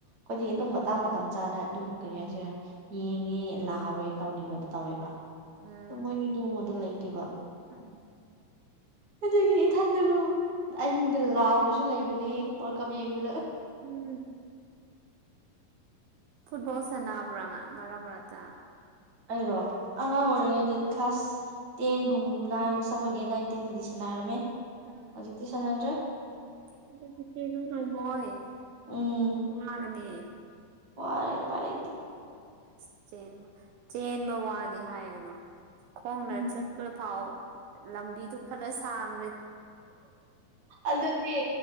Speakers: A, on the right; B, on the right.
A: ꯑꯩꯈꯣꯏꯗꯤ ꯑꯗꯨꯝ ꯃꯇꯥꯡ ꯃꯇꯝ ꯆꯥꯅ ꯑꯗꯨꯝ ꯀꯔꯤ ꯍꯥꯏꯁꯤꯔꯦ ꯌꯦꯡꯉꯦ ꯂꯍꯥꯎꯋꯦ ꯇꯧꯅꯤꯡꯕꯗꯣ ꯇꯧꯋꯦꯕ
B: ꯎꯝ
A: ꯃꯣꯏꯗꯤ ꯑꯗꯨꯒꯨꯝꯕꯗ ꯂꯩꯇꯦꯕ
B: ꯎꯝ
A: ꯑꯗꯨꯒꯤ ꯏꯊꯟꯗꯀꯣ ꯑꯍꯤꯡꯗ ꯂꯥꯎꯕꯁꯨ ꯂꯩꯕꯅꯦ ꯋꯥꯔꯜ ꯀꯞ ꯌꯦꯡꯕꯗ
B: ꯎꯝ ꯐꯨꯠꯕꯣꯜꯁꯦꯅꯝ꯭ꯔꯥꯉ ꯃꯔꯔꯥ ꯃꯔꯔꯥꯠꯇ
A: ꯑꯩꯔꯣ ꯑꯉꯥꯡ ꯑꯣꯏꯔꯤꯉꯩꯗ ꯀ꯭ꯂꯥꯁ ꯇꯦꯟꯒꯨꯝ ꯅꯥꯏꯟ ꯁꯕꯦꯟ ꯑꯦꯠ ꯅꯥꯏꯟ ꯇꯦꯟꯗꯗꯤ ꯁꯅꯅꯥ ꯍꯥꯏꯔꯃꯦ
B: ꯎꯝ
A: ꯤꯁꯅꯗ꯭ꯔꯦ
B: ꯗ ꯅꯣꯏ
A: ꯎꯝ
B: ꯀꯉꯒꯅꯤ
A: ꯋꯥꯔꯦ ꯄꯂ
B: ꯍ ꯑꯁ ꯆꯦꯟꯕ ꯆꯦꯟꯕ ꯋꯥꯅꯤ ꯍꯥꯏꯒꯅꯣ ꯈꯣꯡꯅ
A: ꯎꯝ
B: ꯆꯠꯂ ꯐꯥꯎ ꯂꯝꯕꯤꯗꯨꯣ ꯈꯔ ꯁꯥꯡ
A: ꯑꯗꯨꯅꯦ